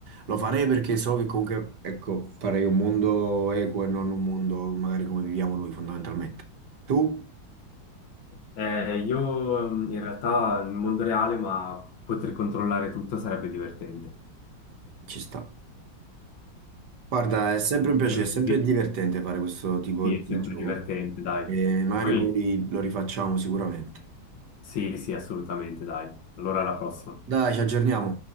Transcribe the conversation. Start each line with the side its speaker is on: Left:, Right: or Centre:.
Right: lo farei perché so che comunque, ecco, farei un mondo equo e non un mondo magari come viviamo noi fondamentalmente. Tu?
Left: Eh, io mm, in realtà nel mondo reale, ma poter controllare tutto sarebbe divertente.
Right: Ci sta. Guarda, è sempre
Left: <laughs>
Right: un piacere, è sempre
Left: Così
Right: divertente fare questo tipo
Left: Sì,
Right: di
Left: è sempre
Right: gioco.
Left: divertente, dai.
Right: E magari
Left: Poi,
Right: poi lo rifacciamo sicuramente.
Left: sì, sì, assolutamente, dai. Allora alla prossima.
Right: Dai, ci aggiorniamo.